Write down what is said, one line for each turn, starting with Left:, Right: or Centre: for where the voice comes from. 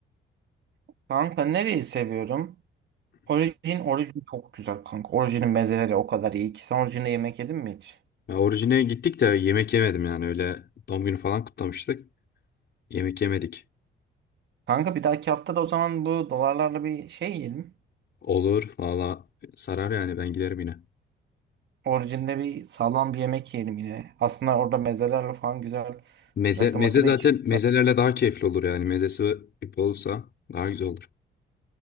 Right: Kanka nereyi seviyorum? Orijin, orijin çok güzel kanka. Orijinin mezeleri o kadar iyi ki. Sen orijinde yemek yedin mi hiç?
Left: Ya orijine gittik de yemek yemedim yani öyle doğum günü falan kutlamıştık. Yemek yemedik.
Right: Kanka bir dahaki hafta da o zaman bu dolarlarla bir şey yiyelim.
Left: Olur valla sarar yani ben giderim yine.
Right: Orijinde bir sağlam bir yemek yiyelim yine. Aslında orada mezelerle falan güzel
Left: Meze,
Right: rakı
Left: meze
Right: makı
Left: zaten
Right: da içelim.
Left: mezelerle daha keyifli olur yani mezesi olursa daha güzel olur.